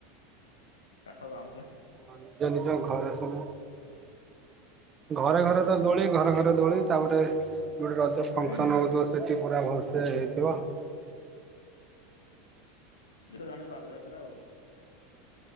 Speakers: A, on the left; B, on the right.
A: କାଠ ପାଉଁଶ
B: ହଁ ନିଜ ନିଜ ଘରେସନ ଘରେ ଘରେ ତ
A: ଆଉ
B: ଦୋଳି
A: ରାତି
B: ଘରେ ଘରେ ଦୋଳି ତାପରେ ଯଉଠି ରଜ ଫଙ୍କସନ
A: ହୁଁ
B: ହଉଥିବ ସେଠି ପୁରା ଭହୁ ସେ ହେଇଥିବ
A: ତ ଜାଣିବ ଭଲ ଯାତ୍ରା ଆଉ